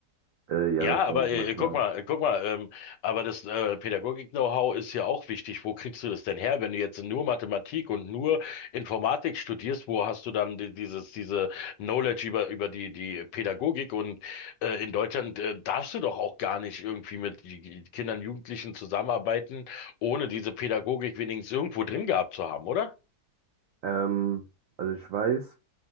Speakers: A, on the right (about 70°); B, on the left (about 80°).
A: Äh, ja,
B: Ja,
A: das
B: aber
A: war so
B: äh,
A: mein Plan.
B: äh, guck mal, äh, guck mal, ähm, aber das äh, Pädagogik-Know-how ist ja auch wichtig. Wo kriegst du das denn her, wenn du jetzt nur Mathematik und nur Informatik studierst? Wo hast du dann die, dieses diese Knowledge über über die die Pädagogik? Und äh, in Deutschland äh, darfst du doch auch gar nicht irgendwie mit die- die Kindern, Jugendlichen zusammenarbeiten, ohne diese Pädagogik wenigstens irgendwo drin gehabt zu haben, oder?
A: Ähm, also ich weiß,